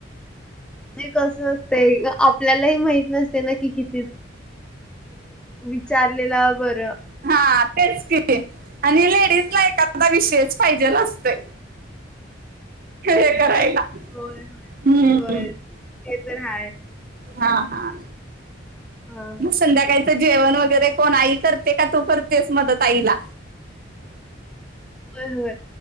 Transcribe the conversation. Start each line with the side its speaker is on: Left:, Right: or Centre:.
Centre: तेे कस असत आपल्यालाही माहित नसते ना कि किती विचारले ब
Right: हा तेच कि आणि लेडीज ला एखादा विषयच पाहिजे असते हे करायला
Centre: होय होय
Right: हम्म
Centre: होय ते तर हाय
Right: हा हा
Centre: हा
Right: संध्याकाळीच जेवण वगैरे कोण आई करते का तू करतेस मदत आईला
Centre: होय होय